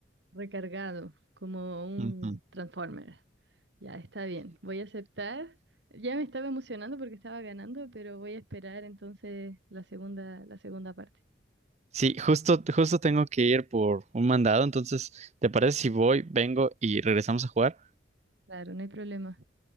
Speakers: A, on the right; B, on the right.
A: Recargado, como un
B: Ujú.
A: Transformer. Ya, está bien. Voy a aceptar. Ya me estaba emocionando porque estaba ganando, pero voy a esperar entonces la segunda, la segunda parte.
B: Sí, justo, justo tengo que ir por un mandado, entonces, ¿te parece si voy, vengo y regresamos a jugar?
A: Claro, no hay problema.